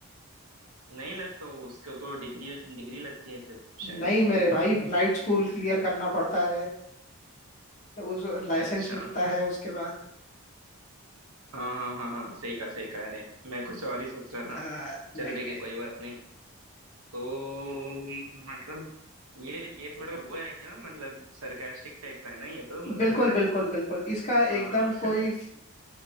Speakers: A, on the right (about 75°); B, on the left (about 30°).
A: नहीं लगता उसको तो डिग्री डिग्री लगती है सिर्फ शायद
B: नहीं मेरे भाई फ्लाइट स्कूल क्लियर करना पड़ता है उस लाइसेंस
A: अच्छा
B: मिलता है उसके बाद
A: हाँ हाँ हाँ हाँ सही कहा सही कहा अरे मैं कुछ और ही सोच रहा
B: आ,
A: था
B: नहीं
A: चलो ठीक
B: नहीं
A: है कोई बात नहीं तो मतलब ये ये थोड़ा वो है क्या मतलब सरकास्टिक टाइप का है ना ये तो मुझे
B: बिल्कुल
A: लग रहा
B: बिल्कुल
A: है
B: बिल्कुल इसका
A: हाँ
B: एकदम कोई
A: <laughs>
B: अ,